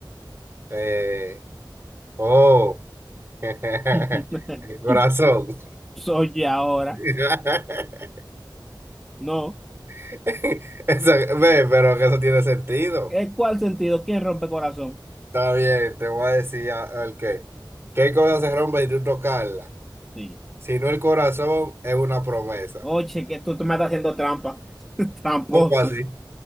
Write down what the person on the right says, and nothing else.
Eh, oh, <laughs> el
corazón.
<laughs>
<laughs> Eso- ve, pero que eso tiene sentido.
Está bien, te voy a decir a- el qué. ¿Qué cosa se rompe y tú tocarla?
Si no el corazón, es una promesa.
¿Cómo así?